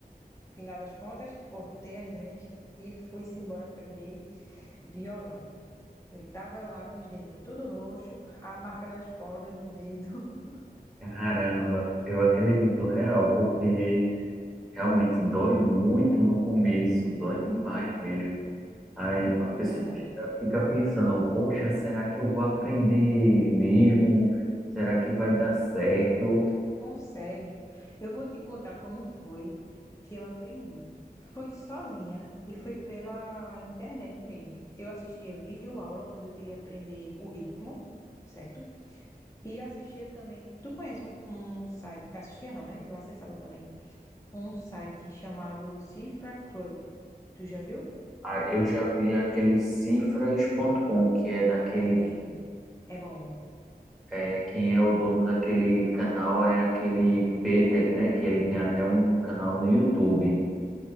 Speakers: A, on the left (about 20°); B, in the centre.
A: Final das contas, cortei as unhas e fui-se embora aprender violão. E tava eu lá com os dedinhos tudo roxo, a marca das cordas no dedo. <laughs>
B: Caramba, eu acredito real, porque realmente dói muito no começo, dói demais mesmo. Aí a pessoa
A: É verdade.
B: fica fica pensando, poxa, será que eu vou aprender mesmo? Será que vai dar certo?
A: Consegue. Eu vou te contar como foi que eu aprendi. Foi sozinha e foi pela internet mesmo. Eu assistia vídeo aula quando eu queria aprender o ritmo, certo? E assistia também. Tu conhece um, um site? Assistia não, né? Eu acessava também. Um site chamado Cifra Club. Tu já viu?
B: Ah, eu já vi aquele cifras.com, que é daquele,
A: Também é bom.
B: é, quem é o dono daquele canal é aquele Peter, né? Que ele tem até um canal no YouTube.